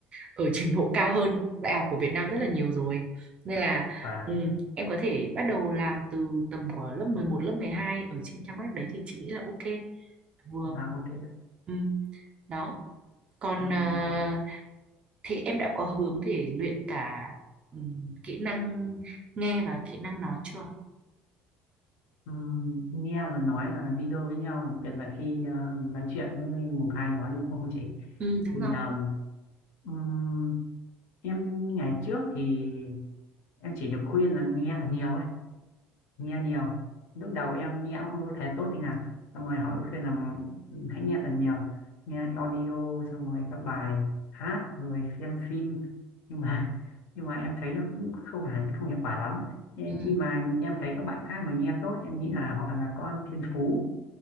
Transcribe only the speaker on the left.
vâng
Dạ, ok
Ừ,
ờ,
ừ, nghe và nói là đi đôi với nhau đặc biệt là khi ờ, nói chuyện với một ai đó đúng không chị
thì
ờ, ừm, em ngày trước thì em chỉ được khuyên là nghe thật nhiều ấy nghe nhiều lúc đầu em nghe cũng không có thể tốt tí nào xong rồi họ cứ khuyên là "Ừ, hãy nghe thật nhiều nghe audio xong rồi các bài hát rồi xem phim nhưng mà <laughs> nhưng mà em thấy nó cũng không hẳn không hiệu quả lắm nhưng
khi mà em thấy các bạn khác mà nghe tốt em nghĩ là họ là con thiên phú